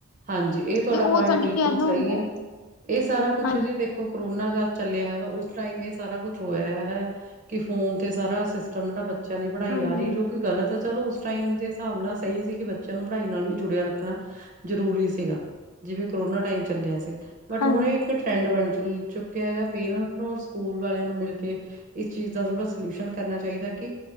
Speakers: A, on the right; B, on the left.
A: ਹਾਂਜੀ ਏ ਤੁਆਡਾ
B: ਤੇ ਉਹ
A: ਪੁਆਇੰਟ
B: ਸਾਡੀ
A: ਬਿਲਕੁਲ
B: ਸਿਹਤ ਨੂੰ
A: ਸਈ
B: ਬਹੁ
A: ਏ। ਏ ਸਾਰਾ ਕੁਛ
B: ਹਾਂਜੀ
A: ਜੀ ਦੇਖੋ ਕਰੋਨਾ ਜਾ ਚੱਲਿਆ ਹੈਗਾ ਓਸ ਟਾਈਮ ਏ ਸਾਰਾ ਕੁ ਛ ਹੋਇਆ ਹੈਗਾ ਏਆ ਕਿ ਫੋਨ ਤੇ ਸਾਰਾ ਸਿਸਟਮ ਜੜਾ ਬੱਚਿਆਂ ਦੀ ਪੜਾਈ
B: ਹਾਂਜੀ
A: ਆ ਰੀ ਏ ਜੋ ਕਿ ਗਲਤ ਏ ਚਲੋ ਓਸ ਟਾਈਮ ਦੇ ਹਿਸਾਬ ਨਾਲ ਸਈ ਸੀ ਕਿ ਬੱਚਿਆਂ ਨੂੰ ਪੜਾਈ ਨਾਲ ਵੀ ਜੁੜਿਆ ਰੱਖਣਾ ਜਰੂਰੀ ਸੀਗਾ। ਜਿਵੇਂ ਕਰੋਨਾ ਟਾਈਮ ਚੱਲਿਆ ਸੀਗਾ। ਬਟ
B: ਹਾਂਜੀ
A: ਹੁਣ ਏ ਇੱਕ ਟ੍ਰੈਂ ਡ ਬਣ ਚੁਲ ਚੁੱਕਿਆ ਹੈਗਾ ਪੇਰੈਂਟ ਨੂੰ ਔਰ ਸਕੂਲ ਵਾਲਿਆਂ ਨੂੰ ਮਿਲ ਕੇ ਇਸ ਚੀਜ ਦਾ ਥੋੜਾ ਸਲਿਊਸ਼ਨ ਕਰਨਾ ਚਾਈਦੈ ਕਿ